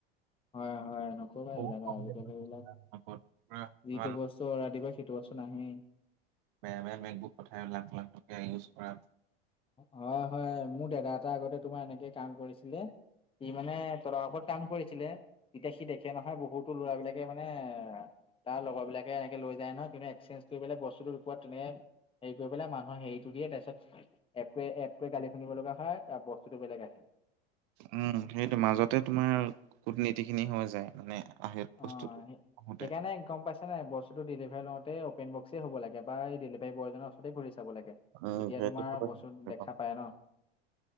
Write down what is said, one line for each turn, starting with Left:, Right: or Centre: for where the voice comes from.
Left: হয়, হয়, নক'বা
Right: বহুত
Left: এইবিলাক
Right: কম
Left: আৰু। আজিকালি
Right: দামত
Left: এইবিলাক,
Right: পাইছো। পুৰা কিমান
Left: যিটো বস্তু অৰ্ডাৰ দিবা, সেইটো বস্তু নাহেই।
Right: বেয়া-বেয়া বেগবোৰ পঠায়। লাখ-লাখ টকীয়া, ইউজ কৰা।
Left: হয়, হয়, মোৰ দাদা এটা আগতে, তোমাৰ এনেকে, কাম কৰিছিলে। সি মানে, তদাৰকত কাম কৰিছিলে। তেতিয়া, সি দেখে নহয়, বহুতো ল'ৰাবিলাকে মানে, তাৰ, লগৰবিলাকে এনেকৈ লৈ যায়, নহয়। যোনে, এক্সচেঞ্জ কৰি পেলাই, বস্তুটো লুকোৱাত তেনে হেৰি কৰি পেলাই, মানুহৰ হেৰিটো দিয়ে। তাৰ পিছত, এইটোৱে-এপটোৱে গালি শুনিব লগা হয় আৰু বস্তুতটো বেলেগ আহে।
Right: উম! সেইটো মাজতে, তোমাৰ কুটনীতি খিনি হৈ যায়। মানে, আহে
Left: অ,
Right: বস্তুটো আহোতে।
Left: সেইকাৰণে গম পাইছো নাই বস্তুটো ডেলিভাৰী লওঁতে অপেন বক্সই হব লাগে বা এই ডেলিভাৰী বয়জনৰ ওৰতে খুলি চাব লাগে।
Right: উম
Left: তেতিয়া
Right: সেইটো
Left: তোমাৰ
Right: হয়।
Left: বস্তু দেখা পায় ন,